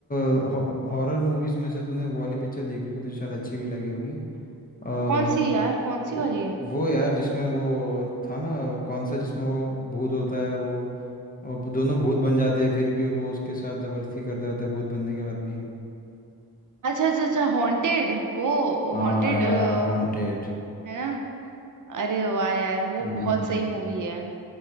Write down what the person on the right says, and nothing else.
कौन सी यार कौन
सी वाली है
अच्छा अच्छा अच्छा हॉन्टेड वो
हॉन्टेड
है
ना अरे वाह यार वो
बहुत सही मूवी है